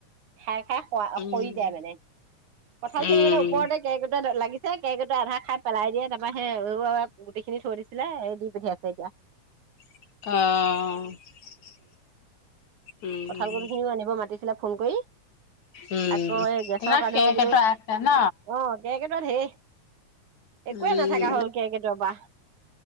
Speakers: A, on the right; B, on the left.
A: খাই খাই সৰা
B: উম,
A: সৰি যায় মানে কঁঠাল
B: উম,
A: খিনি মানে ওপৰতে কেৰ্কেটুৱা লাগিছে কেৰ্কেটুৱাই আধা খাই পেলাই দিয়ে তাৰপৰা সে এৰুৱাই এৰুৱাই গুটিখিনি থৈ দিছে ছিলে এই দি পঠিয়াইছে এতিয়া
B: অ উম,
A: কঁঠালগুটি খিনিও আনিব মাতিছিলে ফোন কৰি
B: উম।
A: আকৌ এই গেছৰ
B: তোমাৰ
A: কাৰনেও
B: কেক
A: বোলো
B: এটা
A: অ
B: আছে ন?
A: কেৰ্কেটুৱা ঢেৰ একোৱেই
B: উম,
A: নাথাকা হ'ল কেৰ্কেটুৱাৰ পা